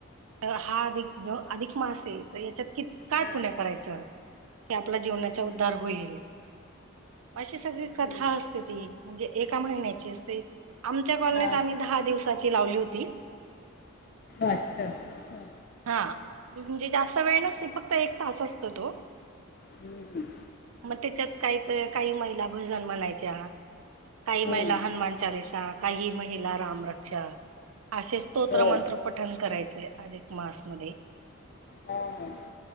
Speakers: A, on the right; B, on the left.
A: तर हा अधिक ज अधिक मास आहे तर याच्यात कि काय
B: हा
A: पुण्य करायचं की आपल्या जीवनाचा
B: हम्म
A: उद्धार होईल. अशी सगळी कथा
B: हम्म
A: असते ती म्हणजे एका महिन्याची असते. आमच्या कॉलनीत
B: हा
A: आम्ही दहा दिवसाची लावली होती.
B: अच्छा ह.
A: हा म्हणजे जास्त वेळ नसते फक्त एक तास असतो तो.
B: हम्म हम्.
A: मग त्याच्यात काही काही महिला भजन म्हणायच्या. काही
B: हम्म
A: महिला हनुमान चालीसा काही महिला राम रक्ष असेच स्तोत्र
B: होय
A: मंत्र पठण करायचे अधिक मासमध्ये.
B: हा ह